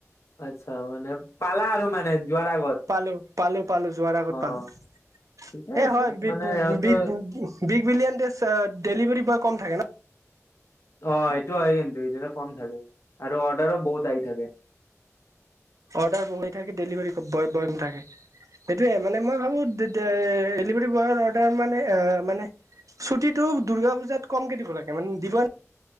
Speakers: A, on the left (about 60°); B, on the right (about 80°).
A: আচ্ছা মানে পালা আৰু মানে যোৱাৰ আগত
B: পালো পালো পালো যোৱাৰ আগত
A: অ
B: পালো
A: অ ঠিকে আছে
B: এই হয় বি
A: মানে
B: বু
A: সিহঁতৰ
B: বি বু big billion days delivery boy কম থাকে ন
A: অ এইটো হয় কিন্তু এইটোত কম থাকে আৰু অৰ্ডাৰো বহুত আহি থাকে
B: অৰ্ডাৰ বহি থাকে ডেলিভাৰী ব ব বয় নাথাকে সেইটোয়ে মানে মই ভাবো ডেলিভাৰী বয়ৰ অৰ্ডাৰ মানে অ মানে ছুটীটো দুৰ্গা পূজাত কমকে দিব লাগে মানে যিমান